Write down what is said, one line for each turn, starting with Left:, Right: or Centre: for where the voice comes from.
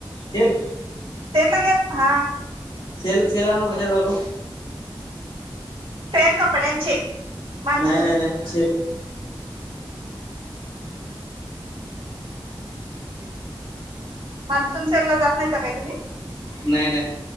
Left: सेल्.
Right: सेम गे हा
Left: सेल सेल आणून कशात घालू
Right: सेल कपड्यांचे मान्सून
Left: नाही नाही नाही से
Right: <inaudible> मान्सून सेल ला जात नाहीता काय तुम्ही?
Left: नाही नाही